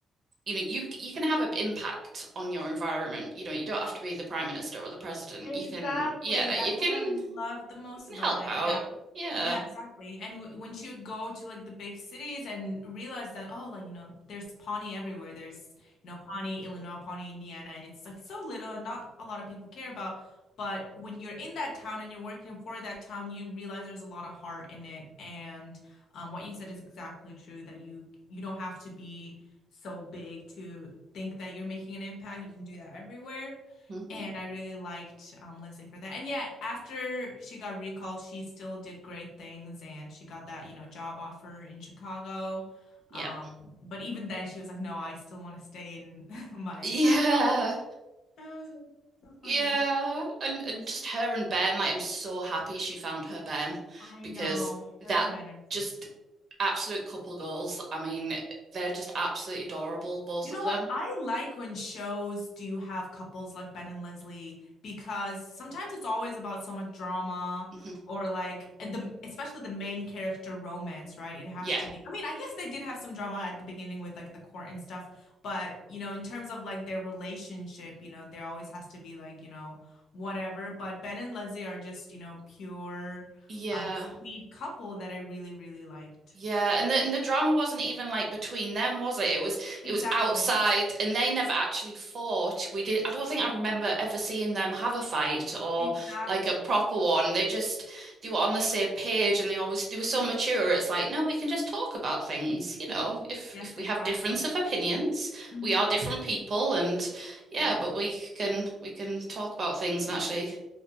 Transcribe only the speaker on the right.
you know you you can have an impact on your environment. You know, you don't have to be the prime minister or the president.
You can yeah,
you can
you
can
help
out.
Yeah.
Mm.
Yep.
Yeah.
Yeah. And and just her and Ben, like I'm so happy she found her Ben
because
that
just
absolute couple goals. I mean, they're just absolutely adorable, both
of
them.
Mhm.
Yeah.
Yeah.
Yeah, and the and the drama wasn't even like between them, was it? It was it
was outside, and they never actually fought. We did. I don't think I remember ever seeing them have a fight or
like a proper one. They just they were on the same page, and they always they were so
mature. It's like, no, we can just talk about things. You know, if
if we
have difference of opinions,
we are different people, and yeah,
but we can we can talk about things
and actually